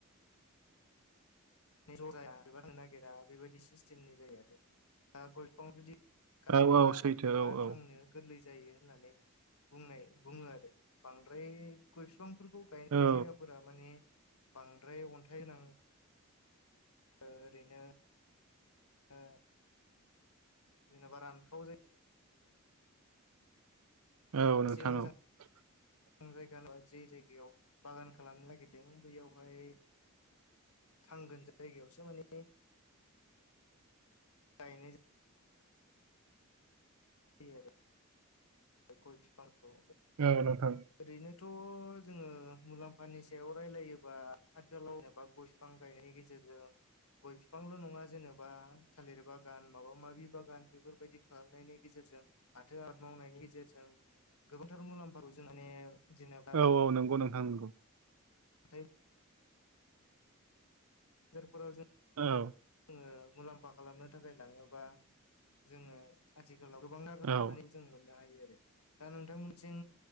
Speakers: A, on the left; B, on the right.
A: ज' जाया बारनो नागिरा बेबायदि सिस्टेमनि जायो आरो दा गय बिफां जुदि गायोब्ला
B: औ औ सैथो
A: एबा
B: औ
A: थांनो गोरलै जायो होननानै बुंनाय बुङो आरो बांद्राय गय फिफांफोरखौ गायनाय
B: औ
A: जायगाफोरा माने बांद्राय अन्थाइ गोनां ओ ओरैनो ओ जेनेबा रानखाव जायो
B: औ
A: एसे मोजां
B: <inaudible>
A: जायगा जे जायगायाव बागान खालामनो नागिरदों बैयावहाय थांगोन जायगायावसो माने गायनाय जायो दि आरो बे गय फिफांखौ
B: औ नोंथां
A: ओरैनोथ' जोङो मुलाम्फानि सायाव रायलायोबा आथिखालाव जेनेबा गय बिफां गायनायनि गेजेरजों गय बिफांल' नङा जेनेबा थालिर बागान माबा माबि बागान बेफोरबायदि खालामनायनि गेजेरजों फाथो आबाद मावनायनि गेजेरजों गोबांथार मुलाम्फाखौ जों माने जेनेबा
B: औ औ नंगौ नोंथां नंगौ
A: हाथाय <unintelligible> फोराव जों
B: औ
A: जोङो मुलाम्फा खालामनो थाखाय लाङोबा जोङो आथिखालाव गोबांथार
B: औ
A: माने जों मोननो हायो आरो दा नोंथांमोनथिं